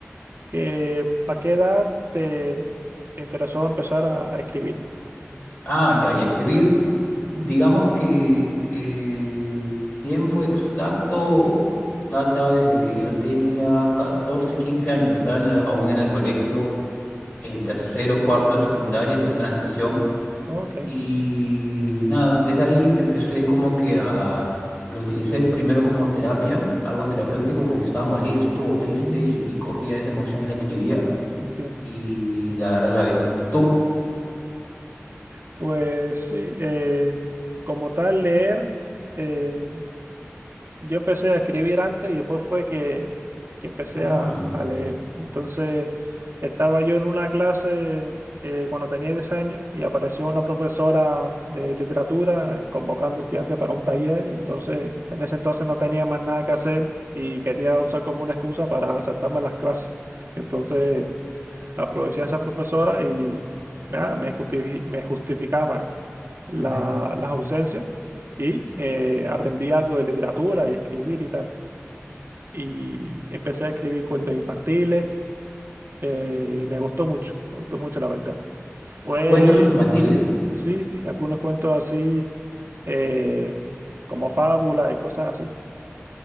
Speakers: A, on the right (about 55°); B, on the left (about 45°).
A: Eh, ¿para qué edad te te interesó empezar a, a escribir?
B: Ah, ya, y escribir.
A: Ujú.
B: Digamos que eh, tiempo exacto data desde que yo tenía 14 15 años. Estaba en el- aún en el colegio en tercero, cuarto de secundaria, en esa transición.
A: Ok,
B: Y nada, desde ahí empecé como que a... Lo utilicé primero como terapia, algo terapéutico, como que estaba molesto o triste
A: Mm,
B: y, y cogía esa emoción y la escribía
A: entiendo.
B: y le agarré el hábito. Tú.
A: Pues sí, eh, como tal, leer, eh, yo empecé a escribir antes y después fue que, que empecé
B: Ah.
A: a, a leer. Entonces, estaba yo en una clase eh, cuando tenía 10 años y apareció una profesora de literatura convocando estudiantes para un taller y entonces en ese entonces no tenía más nada que hacer y quería usar como una excusa para saltarme las clases. Entonces, aproveché a esa profesora y nada, me justifi- me justificaban la-
B: ujú.
A: las ausencias y eh, aprendí algo de literatura y escribir y tal. Y empecé a escribir cuentos infantiles eh, y me gustó mucho, me gustó mucho la verdad. Fue,
B: Cuentos infantiles.
A: sí, sí, algunos cuentos así eh, como fábula y cosas así.